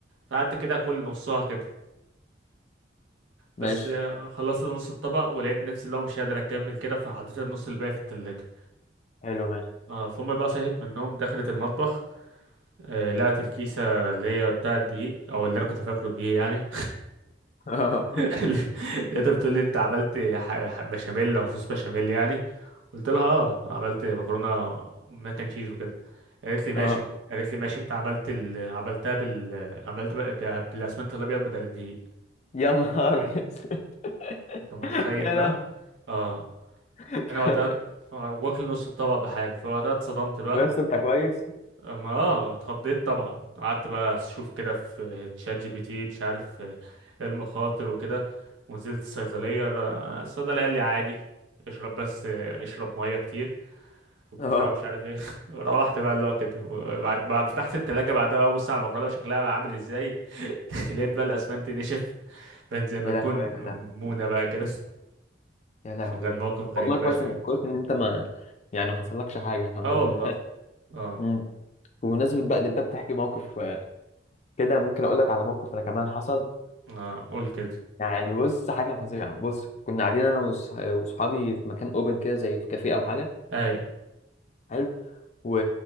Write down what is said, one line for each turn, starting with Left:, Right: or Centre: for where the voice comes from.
Right: فقعدت كده اكل نصها كده
Left: ماشي
Right: بس آه، خلصت نص الطبق ولقيت نفسي لو مش قادر اكمل كده فحطيت النص الباقي في التلاجة
Left: حلو ماشي
Right: اه فامي بقى صحيت من النوم دخلت المطبخ آه لقت الكيسه اللي هي بتاع الدقيق او اللي انا كنت فاكره دقيق يعني
Left: <laughs> اه
Right: <laughs> لقيتها بتقول لي انت عملت ح- ح- بشاميل او صوص بشاميل يعني قلت لها اه عملت مكرونه ماك اند تشيز وكده قالت لي ماشي
Left: اه
Right: قالت لي ماشي انت عملت ال... عملتها بال عملت بقى بقى بالاسمنت الابيض بدل الدقيق
Left: يا نهار اسود.
Right: انت متخيل
Left: <laughs> يا
Right: بقى
Left: لا
Right: اه
Left: <laughs>
Right: انا وقتها ف- واكل نص الطبق بحاله فوقتها اتصدمت بقى
Left: بس انت كويس
Right: ما اه اتخضيت طبعا قعدت بقى اشوف كده في تشات جي بي تي مش عارف آه، ايه المخاطر وكده ونزلت الصيدلية لا- الصيدلي قال لي عادي اشرب بس آه، اشرب مية كتير وبتاع
Left: اه
Right: ومش عارف ايه <laughs> روحت بقى اللي هو كده وبعد بعد- فتحت التلاجة بعدها بقى ابص على المقلاية وشكلها بقى عامل ازاي <laughs> لقيت بقى الاسمنت نشف كان زي
Left: يا
Right: ما تكون
Left: لهوي يا جدع
Right: مونة بقى كده
Left: يا لهوي
Right: فكان موقف غريب
Left: والله كويس
Right: فشخ
Left: ان
Right: يعني
Left: كويس ان انت ما يعني ما حصلكش حاجه الحمد
Right: اه
Left: لله
Right: والله
Left: <laughs>
Right: اه
Left: أمم. بمناسبه بقى ان انت بتحكي موقف آه، كده ممكن اقول لك على موقف انا كمان حصل
Right: اه قول كده
Left: يعني بص حاجة فظيعة بص كنا قاعدين أنا وص- وصحابي في مكان أوبن كده زي في كافيه أو حاجة
Right: اي
Left: حلو و...